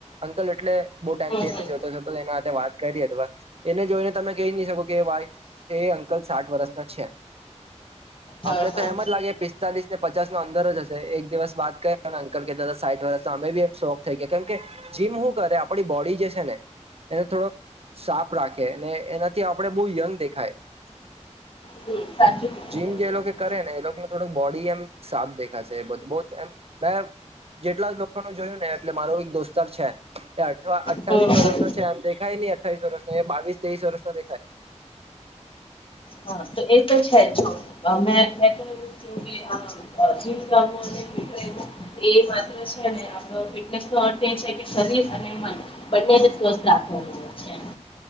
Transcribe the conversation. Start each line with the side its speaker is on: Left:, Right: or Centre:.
Right: અંકલ એટલે બહુ ટાઈમ
Left: હમ
Right: થી
Left: હમ
Right: એને જોતો જોતો એના તે વાત કરી અથવા એને જોઈને તમે કહી નહી શકો કે વાય એ અન્ક કલ સાઠ વર્ષના છે.
Left: હા
Right: અમને
Left: હા હા
Right: તો એમ જ લાગે પિસ્તાલીસ ને પચાસ ના અંદર જ હશે એક દિવસ બાત કર અંકલ કે દાદા સાઠ વર્ષનો અમે બી એમ શોખ થઈ ગયા કેમ કે જીમ શું કરે આપડી બોડી જે છે ને એને થોડોક સાફ રાખે અનેને એનાથી આપડે બહુ યંગ દેખાય.
Left: હમ સાચું કીધું
Right: જીમ
Left: તમે
Right: જે લોકો કરે ને એ લોકો થોડક બોડી એમ સાફ દેખાશે બધ બો એ મેં જેટલા લોકો ન જોયું ને એટલે મારો એક દોસ્તાર છે એ અથરા અઠ્ઠાવીસ
Left: હમ
Right: વર્ષનો
Left: હમ
Right: છે એમ દેખાય નહી અઠાવીસ વર્ષનો એ બાવીસ તવીસ વર્ષ નો દેખાય.
Left: હા તો એ તો છે જો અહ મેં મેં કહું કે આમ જીમ જાઉં એવીય માત્ર છે ને અહ ફિટનેસ ના છે ને શરીર અને બંને ને સ્વસ્થ રાખવાનું હોય છે.